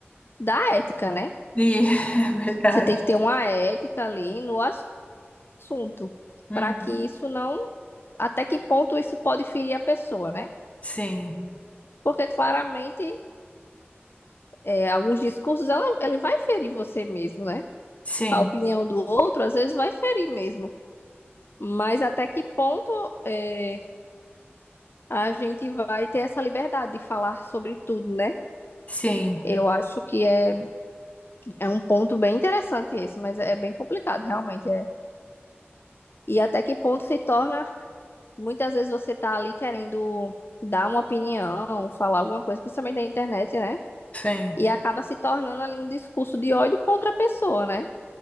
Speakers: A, on the left; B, on the left.
A: da ética, né?
B: E <laughs> é verdade.
A: Você tem que ter uma ética ali no assunto,
B: Uhum.
A: para que isso não. Até que ponto isso pode ferir a pessoa, né?
B: Sim.
A: Porque claramente é, alguns discursos ela, ele vai ferir você mesmo, né?
B: Sim.
A: A opinião do outro às vezes vai ferir mesmo. Mas até que ponto é, a gente vai ter essa liberdade de falar sobre tudo, né?
B: Sim.
A: Eu acho que é, é um ponto bem interessante esse, mas é bem complicado, realmente. É. E até que ponto se torna Muitas vezes você tá ali querendo dar uma opinião, falar alguma coisa, principalmente na internet, né?
B: Sim.
A: E acaba se tornando ali um discurso de ódio contra a pessoa, né?